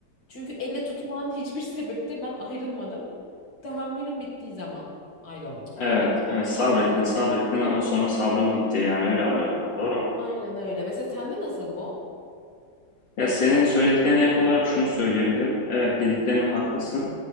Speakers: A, on the left; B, on the left.
A: Çünkü elle tutulan hiçbir sebepte ben ayrılmadım. Tahammülüm bittiği zaman ayrıldım.
B: Evet, evet sabrettin, sabrettin ama sonra sabrın bitti yani öyle anlıyorum ben. Doğru mu?
A: Aynen öyle. Mesela sende nasıl bu?
B: Ya senin söylediklerine ek olarak şunu söyleyebilirim. Evet dediklerine haklısın.